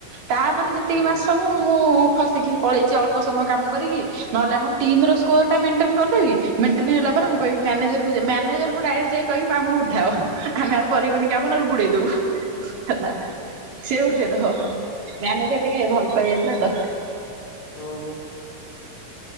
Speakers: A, on the right (about 65°); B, on the left (about 50°).
A: ତାପରେ ଯେତିକି
B: ହଁ
A: ମାସ ମୁଁ ମୁଁ ଖସିକି ଜି ପଳେଇଛି ଅଳ୍ପ ସମୟ କାମ କରିକି ନହେଲେ ଆମ ଟିମ ର ସ୍କୋର ଟା ମେଣ୍ଟେନ କରିଦେବି ମେଣ୍ଟେନ ହେଲା
B: ହଁ
A: ପରେ ମୁଁ କହିବି ମ୍ୟାନେଜରକୁ ଯା ମ୍ୟାନେଜରକୁ ଡାଇରେକ୍ ଯାଇ କହିବି ମ୍ୟମ ଆମକୁ ଉଠାଅ ଆମେ ଆଉ କରିବୁନି କାମ ନହେଲେ ବୁଡେଇ ଦବୁ। ହେଲା ସେ ଉଠେଇ ଦବ ମ୍ୟାନେଜର ଟିକେ ଭଲ ପାଇ ଯାଇଥିଲା ତ।
B: ଓହୋ।